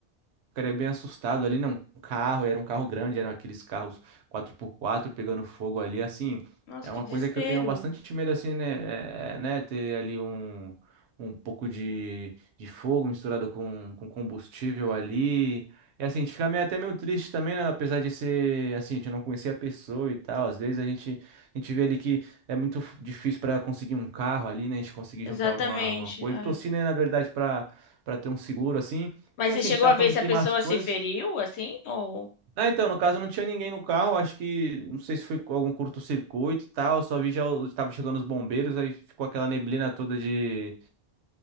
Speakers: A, on the right; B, on the left.
A: ficaria bem assustado ali, né? Um carro, era um carro grande, eram aqueles carros quatro por quatro pegando fogo ali, assim,
B: Nossa,
A: é
B: que
A: uma
B: desespero.
A: coisa que eu tenho bastante medo, assim, né? é, né? Ter ali um, um pouco de, de fogo misturado com, com combustível ali. E assim, a gente fica meio, até meio triste também, né? Apesar de ser, assim, a gente não conhecer a pessoa e tal. Às vezes a gente, a gente vê ali que é muito f- difícil para conseguir um carro ali, né? A gente conseguir
B: Exatamente.
A: juntar alguma, alguma coisa.
B: é.
A: Eu torci, né, na verdade, para para ter um seguro assim.
B: Mas
A: E assim,
B: você chegou
A: a gente tá
B: a
A: falando
B: ver se
A: de queimar
B: a pessoa
A: as coisas.
B: se feriu, assim? Ou...
A: Ah, então, no caso não tinha ninguém no carro, acho que, não sei se foi com algum curto-circuito e tal, só vi já o- tava chegando os bombeiros, aí ficou aquela neblina toda de